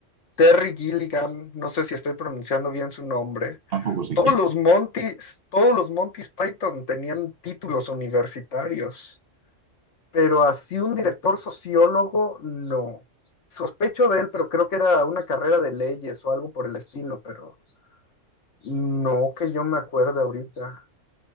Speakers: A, on the left (about 70°); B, on the right (about 50°).
A: Terry Gilligan, no sé si estoy pronunciando bien su nombre.
B: Tampoco sé
A: Todos
B: quién.
A: los Montis, todos los Montis Python tenían títulos universitarios, pero así un director sociólogo, no. Sospecho de él, pero creo que era una carrera de leyes o algo por el estilo, pero no que yo me acuerde ahorita,